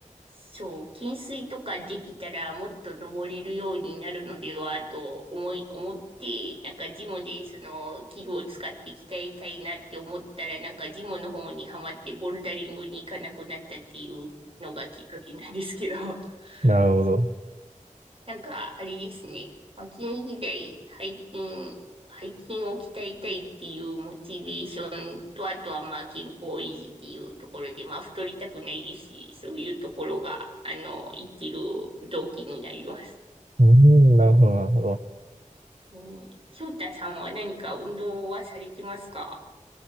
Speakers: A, on the right; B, on the right.
A: そう、懸垂とかできたらもっと登れるようになるのではと思い、思って、なんかジムでその器具を使って鍛えたいなって思ったら、なんかジムの方にはまってボルダリングに行かなくなったっていうのがきっかけなんですけど、<laughs>
B: なるほど。
A: そうなんか、あれですね。まあ、近時代、背筋、背筋を鍛えたいっていうモチベーションと、あとはまあ健康維持っていうところで、まあ太りたくないですし、そういうところが、あの、生きる動機になります。
B: うん、なるほど、なるほど。
A: うん、翔太さんは何か運動はされてますか